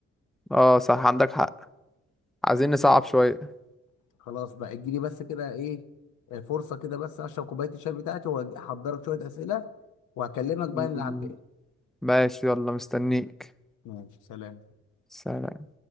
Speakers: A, in the centre; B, on the left.
A: اه صح عندك حق عايزين نصعب شوية
B: خلاص بقى اديني بس كده ايه آه، فرصه كده بس اشرب كوبايه الشاي بتاعتي واحضرك شويه اسئله وهكلمك بقى
A: م-
B: نلعب تاني
A: ماشي يلا مستنيك
B: ماشي سلام
A: سلام